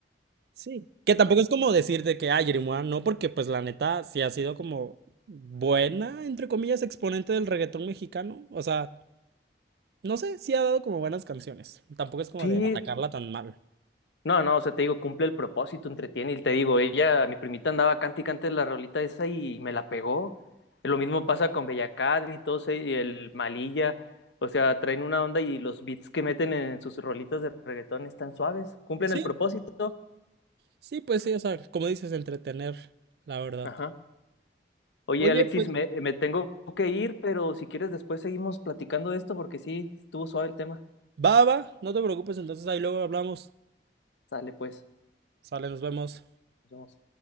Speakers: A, on the right; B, on the left.
A: sí. Que tampoco es como decir de que, ah, Yerima no, porque pues la neta sí ha sido como buena, entre comillas, exponente del reggaetón mexicano, o sea... No sé, sí ha dado como buenas canciones. Tampoco es como
B: Sí,
A: de atacarla tan mal.
B: no, no, o sea, te digo, cumple el propósito, entretiene, y te digo, ella, mi primita andaba cante y cante la rolita esa y me la pegó. Lo mismo pasa con Bellacat y todos, e- y el Malilla, o sea, traen una onda y los beats que meten en sus rolitas de reggaetón están suaves, cumplen
A: Sí,
B: el propósito.
A: Sí, pues sí, o sea, como dices, entretener, la verdad.
B: Ajá. Oye,
A: oye,
B: Alexis,
A: pues
B: me, me tengo que ir, pero si quieres después seguimos platicando de esto porque sí, estuvo suave el tema.
A: Va, va, no te preocupes, entonces ahí luego hablamos.
B: Sale pues,
A: Sale, nos vemos.
B: nos vemos.